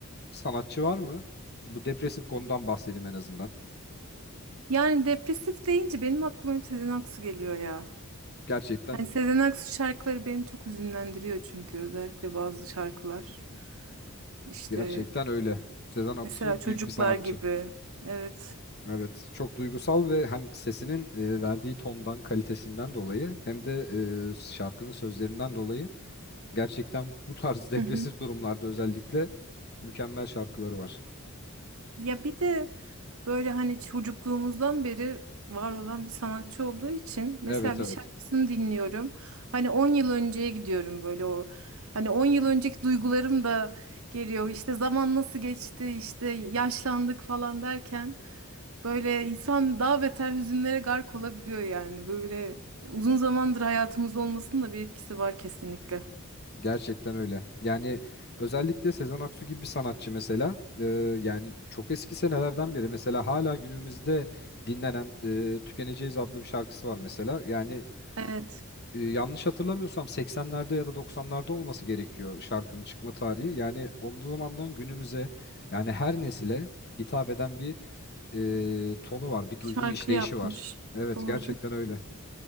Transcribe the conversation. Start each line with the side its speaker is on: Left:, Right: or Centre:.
Left: sanatçı var mı? Bu depresif konudan bahsedeyim en azından.
Right: Yani depresif deyince benim aklıma hep Sezen Aksu geliyor ya.
Left: Gerçekten
Right: Hani Sezen Aksu şarkıları beni çok hüzünlendiriyor çünkü özellikle bazı şarkılar. İşte
Left: gerçekten öyle. Sezen Aksu
Right: mesela çocuklar
Left: büyük bir sanatçı.
Right: gibi. Evet.
Left: Evet, çok duygusal ve hem sesinin e, verdiği tondan, kalitesinden dolayı hem de e, şarkının sözlerinden dolayı gerçekten bu tarz <laughs> depresif
Right: Hı hı.
Left: durumlarda özellikle mükemmel şarkıları var.
Right: Ya bir de böyle hani çocukluğumuzdan beri var olan bir sanatçı olduğu için mesela
Left: Evet, evet.
Right: bir şarkısını dinliyorum. Hani 10 yıl önceye gidiyorum böyle o hani 10 yıl önceki duygularım da geliyor. İşte zaman nasıl geçti işte yaşlandık falan derken böyle insan daha beter hüzünlere gark olabiliyor yani. Böyle uzun zamandır hayatımızda olmasının da bir etkisi var kesinlikle.
Left: Gerçekten öyle. Yani özellikle Sezen Aksu gibi bir sanatçı mesela e, yani çok eski senelerden beri mesela hala günümüzde dinlenen e, Tükeneceğiz adlı bir şarkısı var mesela. Yani
Right: Evet,
Left: e, yanlış hatırlamıyorsam 80'lerde ya da 90'larda olması gerekiyor şarkının çıkma tarihi. Yani o zamandan günümüze yani her nesile hitap eden bir e, tonu var, bir
Right: şarkı
Left: duygu işleyişi
Right: yapmış.
Left: var. Evet
Right: Doğru.
Left: gerçekten öyle.